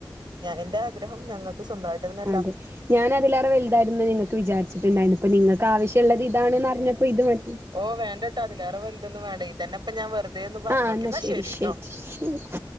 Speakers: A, on the right; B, on the right.
A: എന്റെ ആഗ്രഹം ഞങ്ങൾക്ക് സ്വന്തായിട്ടെന്നെ
B: അതെ ഞാൻ അതിലേറെ വലുതായിരുന്നു നിങ്ങൾക്ക് വിചാരിച്ചിട്ടുണ്ടായിരുന്നത് അപ്പൊ നിങ്ങൾക്ക് ആവശ്യമുള്ളത് ഇതാണ്ന്ന് അറിഞ്ഞപ്പോ ഇത് മതി
A: ഓ വേണ്ടട്ടോ അതിലേറെ വലുതൊന്നും വേണ്ട ഇതന്നെപ്പം ഞാൻ വെറുതൊന്ന് പറഞ്ഞോക്കാ
B: ആഹ് എന്നാ
A: ന്നാ
B: ശരി
A: ശരിട്ടോ
B: ശരി ശരി